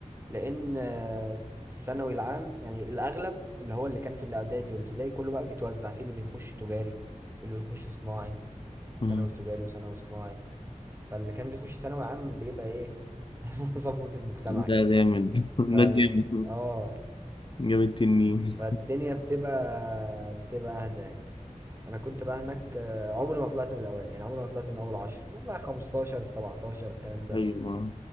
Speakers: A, on the right; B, on the left.
A: لان آه، الثانوي العام يعني الاغلب اللي هو اللي كان في الاعدادي والابتدائي كله بقى بيتوزع في اللي بيخش تجاري اللي بيخش صناعي
B: مم.
A: ثانوي تجاري وثانوي صناعي فاللي كان بيخش ثانوي عام بيبقى ايه <laughs> صفوة المجتمع
B: ده
A: كده
B: جامد <laughs>
A: ف
B: ده جامد
A: اه
B: جاب التنين
A: فالدنيا بتبقى بتبقى اهدى يعني انا كنت بقى هناك آه، عمري ما طلعت من الاوائل يعني عمري ما طلعت من اول عشر والله 15 17 الكلام ده
B: ايوه